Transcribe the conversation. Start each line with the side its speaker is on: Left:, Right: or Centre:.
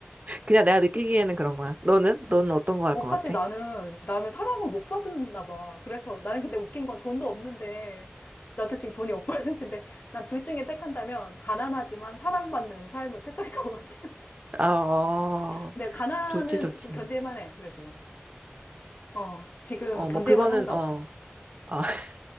Right: 그냥 내가 느끼기에는 그런 거야. 너는? 너는 어떤 거 할
Left: 어,
Right: 것
Left: 사실
Right: 같아?
Left: 나는, 나는 사랑을 못 받았나 봐. 그래서 나는 근데 웃긴 건 돈도 없는데, 나도 지금 돈이 없거든. <laughs> 근데 난 둘 중에 택한다면, 가난하지만 사랑받는 삶을 택할 것 같아.
Right: 아, 어,
Left: 근데 가난은
Right: 좋지, 좋지.
Left: 좀 견딜만 해, 그래도. 어, 지금
Right: 어,
Left: 견딜만
Right: 뭐 그거는
Left: 한가
Right: 어,
Left: 봐.
Right: 아, <laughs>